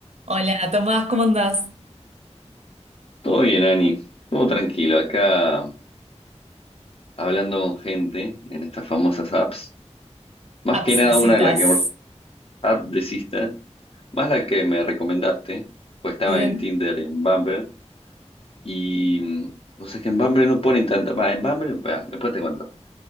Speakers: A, on the right; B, on the left.
A: Hola, Tomás, ¿cómo andás?
B: Todo bien, Ani. Todo tranquilo. Acá hablando con gente en estas famosas apps. Más
A: Apps
B: que nada
A: de
B: una
A: citas.
B: de las que app de Sista, más la que me recomendaste, pues estaba
A: Bien.
B: en Tinder, en Bumble. Y mm, vos sabés que en Bumble no ponen tanta. Va, en Bumble, va, después te cuento.